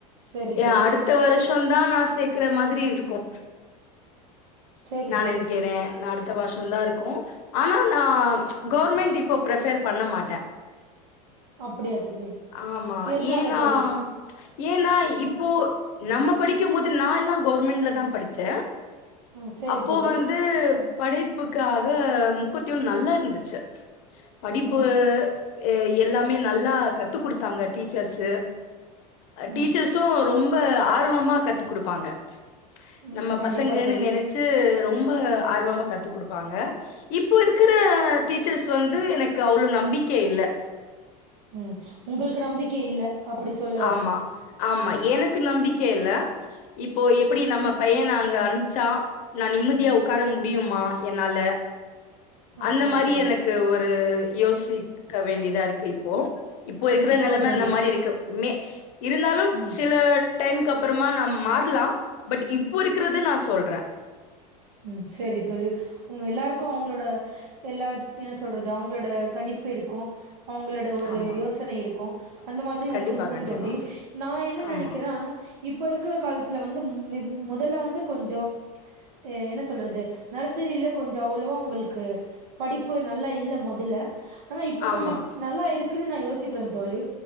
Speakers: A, on the right; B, on the left.
A: செரி
B: ஏன்
A: தோழி
B: அடுத் த்த வருஷம் தா நா சேக்கற மாதிரி இருக்கும்
A: செரி
B: நா
A: தோழி
B: நெனைக்கிறே நா அடுத்த வர்ஷோ தா இருக்கும் ஆனா நா கவுர்மெண்ட் இப்போ பிரஃபர் பண்ண மாட்ட
A: அப்டியா தோழி
B: ஆமா
A: எதுனால
B: ஏன்னா
A: தோழி
B: ஏன்னா இப்போ நம்ம படிக்கும் போது நா எல்லா கவர்மெண்ட்ல தா படிச்சே
A: ம் செரி
B: அப்போ
A: தோழி
B: வந்து படைப்புக்காக முக்குவ்த்தியும் நல்லா இருந்துச்சு படிப்பு
A: ம்
B: எ எல்லாமே நல்லா கத்து குடுத்தாங்க டீச்சர்ஸு அ
A: ம்
B: டீச்சர்ஸ் ஸூம் ரொம்ப ஆர்வமா கத்து குடுப்பாங்க
A: ம்
B: நம்ம
A: கண்டிப்பா
B: பசங்கன்னு
A: தோழி
B: நெனச்சு ரொம்ப ஆர்வமா கத்து குடுப்பாங்க இப்போ இருக்குற டீச்சர்ஸ் வந்து எனக்கு அவ்ளோ நம்பிக்க இல்ல
A: ம் உங்கள்க்கு நம்பிக்க இல்ல அப்டி சொல்ல வரீங்க
B: ஆமா ஆமா எனக்கு நம்பிக்க இல்ல இப்போ எப்பிடி நம்ம பையன அங்க அம்ச்சா நா நிம்மதியா உக்கார முடியுமா என்னால
A: அப்டியா
B: அந்த மாரி
A: தோழி
B: எனக்கு ஒரு யோசிக்க வேண்டிதாருக் கு இப்போ இப்போ
A: கண்டிப்பா
B: இருக்குற நெலம
A: தோழி
B: அந்த மாரி இருக்கு மே இருந்தாலும்
A: ம்
B: சில அ டைம்க்கு அப்புறமா நா மாற்லா பட் இப்போ இருக்குறது நா சொல்ற
A: ம் செரி தோழி உங்க எல்லாருக்கு அவங்ளோட எல்லா என்ன சொல்றது அவங்ளோட கணிப்பு இருக்கு அவங்ளோட ஒரு
B: ஆமா.
A: யோசனை இருக்கு அந்த மாதிரி
B: கண்டிப்பா,
A: உங்ளுக்கு
B: கண்டிப்பா.
A: தோழி நா என்ன
B: ஆமா.
A: நெனக்கிறே இப்போ இருக்குற காலத்துல வந்து மி முதல்ல வந்து கொஞ்சோ என்ன சொல்றது நர்சரில கொஞ்ச அவ்ளோவா உங்ளுக்கு படிப்பு நல்லா இல்ல முதல்ல ஆனா இப்ப
B: ஆமா.
A: கொஞ்ச நல்லா இருக்குன்னு நா யோசிக்கறே தோழி